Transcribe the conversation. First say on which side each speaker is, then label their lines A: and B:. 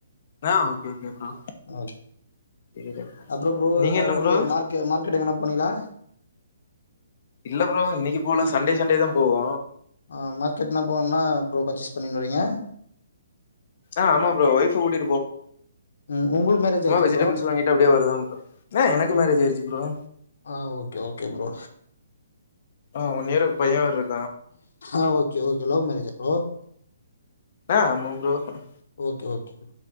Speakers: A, on the left; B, on the left.
A: ஆ ஓகே ஓகே ப்ரோ
B: அ
A: சேரி
B: அப்ற ப்ரோ
A: நீங்க
B: எங்காது
A: என்ன
B: வெளிய
A: ப்ரோ
B: மார்கெ மார்க்கெட் எங்கனாது போனீங்களா
A: இல்ல ப்ரோ இன்னைக்கு போல சண்டே சண்டே தா போவோ
B: ஆ மார்க்கெட் எல்லா போனோனா ப்ரோ பர்ச்சேஸ் பண்ணனு வறீங்க
A: ஆஹ் ஆமா ப்ரோ ஒய்ஃப கூட்டி
B: ம் உங்குளுக்கு மேரேஜ் ஆயிருச்சா
A: வெஜிடபிள்ஸ்
B: ப்ரோ
A: வாங்கிட்டு அப்டியே வருதான் ப்ரோ ஆ எனக்கு
B: உங்குளு
A: மேரேஜ் ஆயிடுச்சு ப்ரோ
B: ஆ ஓகே ஓகே ப்ரோ
A: ஆஹ் ஒன் இயர்ல பைய வேற இருக்
B: ஆஹ் ஓகே ஓகே லவ் மேரேஜா ஓ
A: ஆஹ் <unintelligible>
B: ஓகே ஓகே ப்ரோ.